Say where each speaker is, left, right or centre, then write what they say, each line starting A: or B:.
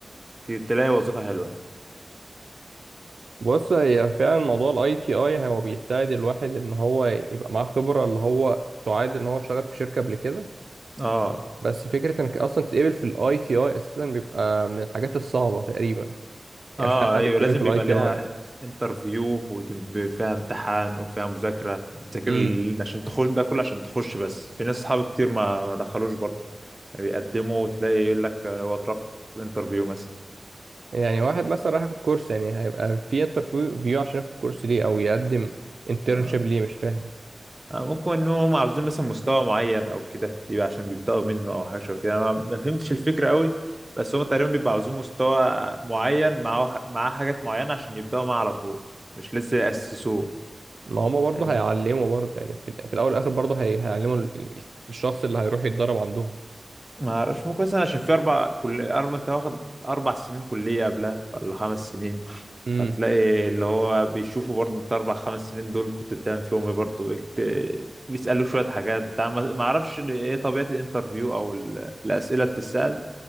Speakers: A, on the right (about 25°); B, on the right (about 80°).
A: ت- تلاقي وظيفة حلوة يعني
B: بص هي فعلا موضوع الاي تي اي هو بيساعد الواحد ان هو يبقى معاه خبرة اللي هو تعادل ان هو شغال في شركة قبل كده
A: آه
B: بس فكرة انك اصلا تتقبل في الاي تي اي اساسا بيبقى من الحاجات الصعبة تقريبا يعني
A: آه
B: مش اي حد
A: أيوه
B: بيتقبل
A: لازم
B: في الاي
A: بيبقى
B: تي
A: لها انترفيو وفيها امتحان وفيها مذاكرة بتذاكر
B: اي
A: ال- عشان تخش ده كله عشان تخش بس في ناس أصحابي كتير ما ما دخلوش برضه يعني بيقدموا وتلاقي يقول لك هو اترفض في الانترفيو مثلا
B: يعني واحد مثلا راح ياخد كورس يعني هيبقى في انترفيو عشان ياخد كورس ليه او يقدم انترنشيب
A: آه.
B: ليه مش فاهم
A: آه، ممكن ان هم عاوزين مثلا مستوى معين او كده يبقى عشان بيبداوا منه او حاجه شبه كده انا ما ما فهمتش الفكره قوي بس هم تقريبا بيبقوا عاوزين مستوى معين معاه معاه حاجات معينه عشان يبداوا معاه على طول مش لسه ياسسوه
B: ما هما برضه
A: فاهمني
B: هيعلموا برضه يعني في, ال- في الاول والاخر برضه هي- هيعلموا ال- ال- الشخص اللي هيروح يتدرب عندهم
A: ما اعرفش ممكن مثلا عشان في اربع كل اربع انت واخد اربع سنين كليه قبلها ولا خمس سنين
B: امم
A: هتلاقي اللي هو بيشوفوا برضه انت اربع خمس سنين دول كنت بتعمل فيهم ايه برضه بيت- بيسألوك شويه حاجات بتاع ما ما اعرفش ايه طبيعه الانترفيو او ال- الاسئله بتسأل